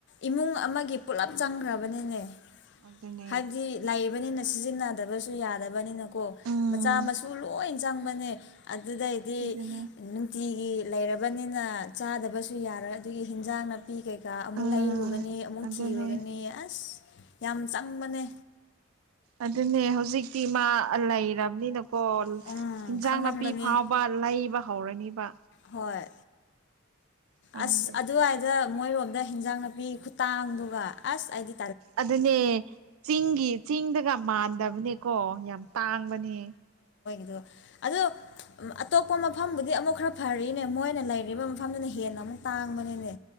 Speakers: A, on the left; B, on the right.
A: ꯏꯃꯨꯡ ꯑꯃꯒꯤ ꯄꯨꯂꯞ ꯆꯪꯈ꯭ꯔꯕꯅꯤꯅꯦ
B: ꯑꯗꯨꯅꯦ
A: ꯍꯥꯏꯕꯗꯤ ꯂ ꯍꯥꯏꯕꯅꯤꯅ ꯁꯤꯖꯤꯟꯅꯗꯕꯁꯨ ꯌꯥꯗꯕꯅꯤꯅꯀꯣ
B: ꯎꯝ
A: ꯃꯆꯥ ꯃꯁꯨ ꯂꯣꯏ ꯆꯪꯕꯅꯦ ꯑꯗꯨꯗꯩꯗꯤ
B: ꯑꯗꯨꯅꯦ
A: ꯅꯨꯡꯇꯤꯒꯤ ꯒꯤ ꯂꯩꯔꯕꯅꯤꯅ ꯆꯥꯗꯕꯁꯨ ꯌꯥꯔꯣꯏ ꯑꯗꯨꯒꯤ ꯍꯤꯟꯖꯥꯡꯅ ꯄꯤ ꯀꯩꯀꯥ ꯑꯃꯨꯛ
B: ꯎꯝ
A: ꯂꯩꯔꯨꯒꯅꯤ ꯑꯃꯨꯛ
B: ꯑꯗꯨꯅꯦ
A: ꯊꯤꯔꯨꯒꯅꯤ ꯑꯁ ꯌꯥꯝ ꯆꯪꯕꯅꯦ
B: ꯑꯗꯨꯅꯦ ꯍꯧꯖꯤꯛꯇꯤ ꯃꯥ ꯂꯩꯔꯕꯅꯤꯅ ꯀꯣ
A: ꯎꯝ
B: ꯏꯟꯖꯥꯡ
A: ꯈꯪꯉꯝꯒꯅꯤ
B: ꯅꯥꯄꯤ ꯐꯥꯎꯕ ꯂꯩꯕ ꯍꯧꯔꯅꯤꯕ
A: ꯍꯣꯏ
B: ꯈꯪꯗꯦ
A: ꯑꯁ ꯑꯗꯗ ꯃꯣꯏꯔꯣꯝꯗ ꯍꯤꯟꯖꯥꯡ ꯅꯥꯄꯤ ꯈꯨꯇꯥꯡꯗꯨꯒ ꯑꯁ ꯍꯥꯏꯗꯤ
B: ꯑꯗꯨꯅꯦ ꯆꯤꯡꯒꯤ ꯆꯤꯡꯗꯒ ꯃꯥꯟꯗꯕꯅꯦ ꯀꯣ ꯌꯥꯝ ꯇꯥꯡꯕꯅꯦ
A: ꯑꯗꯨ ꯑꯇꯣꯞꯄ ꯃꯐꯝꯕꯨꯗꯤ ꯑꯃꯨꯛ ꯈꯔ ꯐꯔꯤꯅꯦ ꯃꯣꯏꯅ ꯂꯩꯔꯤꯕ ꯃꯐꯝꯗꯨꯅ ꯍꯦꯟꯅ ꯑꯃꯨꯛ ꯇꯥꯡꯕꯅꯤꯅꯦ